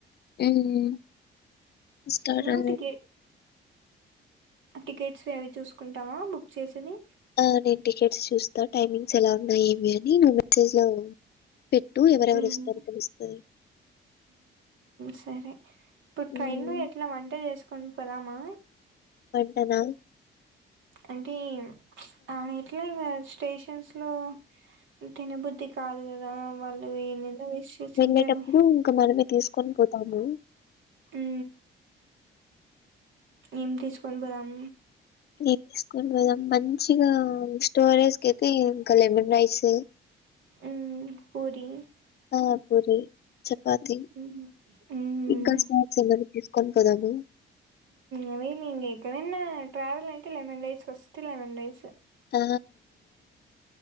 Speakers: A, on the left; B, on the right.
A: అవును వస్తారా
B: నువ్వు టికెట్ టికెట్స్ ఏవి చూసుకుంటావా బుక్ చేసిది
A: ఆ నేను టికెట్స్ చూస్తా టైమింగ్స్ ఎలా ఉన్నాయ ఏమి అని నువ్వు మెసేజ్ లో పెట్టు ఎవరెవరు
B: ఉమ్
A: వస్తారో తెలుస్తది
B: సరే ఇప్పుడు
A: హ్మ్.
B: ట్రైన్ ఎట్లా వంట చేసుకుని పోదామా
A: పెంటనా
B: అంటే ఆన ఎట్లా ఇంకా స్టేషన్స్ లో తినబుద్ధి కాదు కదా వాళ్ళు ఏందేందో వేస్ట్ చేసింటారు
A: వెళ్లేటప్పుడు ఇంకా మనమే తీసుకొని పోతాము
B: హ ఏం తీసుకొని పోదాం
A: ఏం తీసుకొని పోదాం? మంచిగా స్టోరేజ్కి అయితే ఇంకా లెమన్ రైస్
B: ఉ పూరి
A: ఆ పూరి చపాతి
B: ఉమ్ మ్మ్.
A: ఇంకా స్నాక్స్ ఎమ తీసుకొని పోదాము
B: అవేలి ఇం ఇక్కడనా ట్రావెల్ అంటే lemon rice first lemon rice
A: ఆ